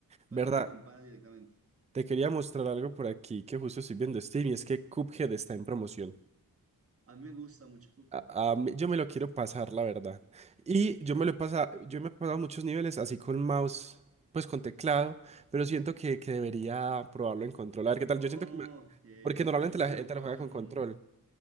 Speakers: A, on the right; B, on the right.
A: Para
B: Verdad,
A: que juegue con panas directamente.
B: te quería mostrar algo por aquí que justo estoy viendo Steam y es que Cuphead está en promoción.
A: A mí me gusta mucho Cuphead.
B: A- a mí- yo me lo quiero pasar, la verdad. Y
A: Como,
B: yo me lo he pasado, yo me he pasado muchos niveles así con mouse, pues con teclado, pero siento que, que debería probarlo en control. A ver qué tal,
A: ok,
B: yo siento que me- porque normalmente
A: ok. Yo nunca
B: la gente
A: lo he jugado
B: lo juega con
A: en...
B: control.